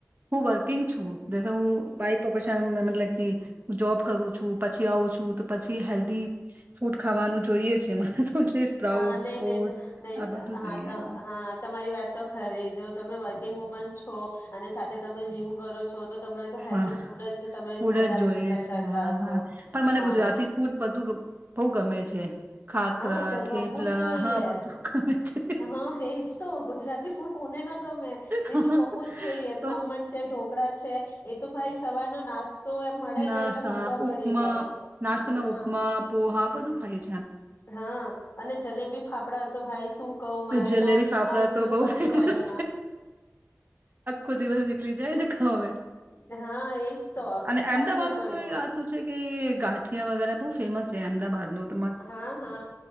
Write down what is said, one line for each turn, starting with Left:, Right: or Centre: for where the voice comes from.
Right: હું વર્કિંગ છું. <unintelligible> હું <unintelligible> કે જોબ કરું છું પછી આવું છું તો પછી હેલ્ધી ફૂડ ખાવાનું જોઈએ છે મને. તો એટલે સ્પ્રાઉટ્સ
Left: હા નહી નહી
Right: ઓટ્સ
Left: નહી
Right: આ બધું
Left: હા
Right: જોઈએ
Left: હા તમારી વાત તો ખરી જો તમે વર્કિંગ વુમન છો અને સાથે તમે જીમ કરો છો તો તમે તો હેલ્ધી
Right: હા
Left: ફૂડ જ તમે
Right: ફૂડ
Left: વધારે
Right: જ જોઈએ
Left: પ્રિપેર
Right: છે,
Left: કરતા
Right: હા
Left: હશો
Right: હા પણ મને
Left: હા
Right: ગુજરાતી ફૂડ બધું બહુ ગમે છે, ખાખરા
Left: હા
Right: થેપલા
Left: ગમવું જ જોઈએ
Right: હા બધું ગમે છે.
Left: હા એજ તો ગુજરાતી ફૂડ કોને ના ગમે
Right: હા,
Left: એ તો ગમવું જ જોઈએ
Right: પણ
Left: ખમણ છે ઢોકળા છે, એ તો ભાઈ સવારનો નાસ્તો મળે
Right: નાસત
Left: ને એટલે મજા
Right: ઉપમા
Left: પડી જાય
Right: નાસ્તાના
Left: હા
Right: ઉપમા પો હા બધું ખાઈ
Left: હા અને જલેબી ફાફડા તો ભાઈ શું કવું મારે
Right: જલેબી
Left: તો
Right: ફાફડા
Left: મારું દિલ
Right: તો બહુ
Left: બની
Right: ફેમસ
Left: જાય
Right: કોઈ દિવસ નીકીલી જાય ખા
Left: હા એજ તો
Right: અને
Left: સાચું
Right: એમદાવાદ
Left: કયું
Right: તો આ શું છે કે ગા ઠિયા વગેરેહ ફેમસ છે એમદાબાદ નું.
Left: હા હા